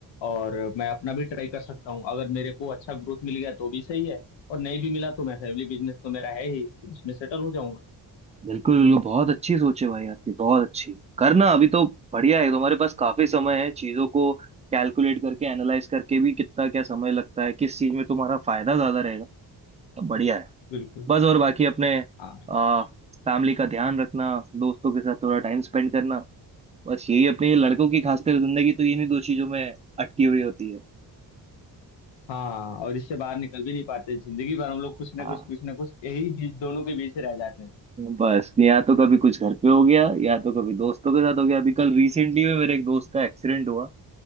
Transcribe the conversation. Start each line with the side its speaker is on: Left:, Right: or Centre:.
Left: और मैं अपना भी ट्राई कर सकता हूँ अगर मेरे को अच्छा ग्रोथ मिल गया तो भी सही है और नहीं भी मिला तो मैं फैमिली बिजनेस तो मेरा है ही फिर उसमें सेटल हो जाऊंगा
Right: बिल्कुल बिल्कुल बहुत अच्छी सोच है भाई आपकी बहुत अच्छी करना अभी तो बढ़िया है तुम्हारे पास काफी समय है चीजों को कैलकुलेट करके एनालाइज करके भी कितना क्या समय लगता है किस चीज में तुम्हारा फायदा ज्यादा रहेगा तो बढ़िया है
Left: बिल्कुल
Right: बस और बाकी अपने
Left: हाँ
Right: आ, फैमिली का ध्यान रखना दोस्तों के साथ थोड़ा टाइम स्पेंड करना बस यही अपनी लड़कों की खासकर जिंदगी तो इन्हीं दो चीजों में अटकी हुई होती है
Left: हाँ और इससे बाहर निकल भी नहीं पाते जिंदगी भर हम लोग कुछ ना
Right: हाँ
Left: कुछ कुछ ना कुछ यही बीच दोनों के बीच ही रह जाते हैं
Right: बस या तो कभी कुछ घर पे हो गया या तो कभी दोस्तों के साथ हो गया अभी कल रिसेंटली में मेरे एक दोस्त का एक्सीडेंट हुआ